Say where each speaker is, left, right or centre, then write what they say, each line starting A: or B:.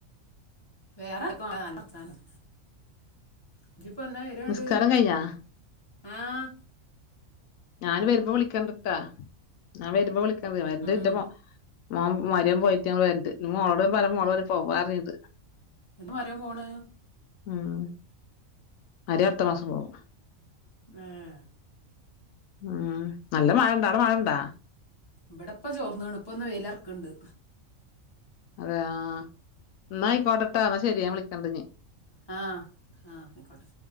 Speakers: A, on the left (about 20°); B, on the left (about 85°).
A: വേറേർക്കാ നല്ലർത്താനം ഇജിപ്പന്നാവരങ്ങട്ട്
B: നിസ്കാരം കഴിഞ്ഞാ
A: ആഹ്
B: ഞൻ വരുമ്പോ വിളിക്കണ്ടിട്ടാ ഞാൻ വരുമ്പോ വിളിക്കണ്ട് വരണ്ട്ന്റെ
A: ഉം
B: മോൻ മോൻ മാരൊ പോയിട്ട് ങ്ങങ്ങള് വരണ്ട് മോളോട് ഞാപറഞ പ്പോ പോവാറഞ്ഞീട്ടണ്ട്
A: <unintelligible>
B: ആഹ് മരോ അടുത്ത മാസം പോവും
A: ആഹ്
B: ആഹ് നല്ല മഴണ്ട അവിടെ മഴണ്ടാ
A: ഇപടെ ഇപ്പ ചോർന്ന്ണ് ഇപ്പൊന്ന് വെയിലറക്കുണ്ട്
B: അതെയ് ആഹ് ഇന്ന ആയിക്കോട്ടെട്ടൊ ന്നാ ശെരി ഞാ വിളിക്കണ്ടിനി
A: ആഹ് ആഹ് അയ്ക്കോട്ടെ